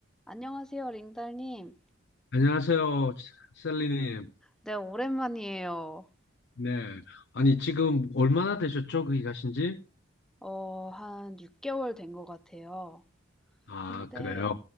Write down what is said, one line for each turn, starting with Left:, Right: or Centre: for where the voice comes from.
Centre: 안녕하세요, 링달님.
Left: 안녕하세요, 셀리님.
Centre: 네, 오랜만이에요.
Left: 네. 아니, 지금 얼마나 되셨죠? 거기 가신 지?
Centre: 어, 한 6개월 된 것 같아요.
Left: 아,
Centre: 근데
Left: 그래요.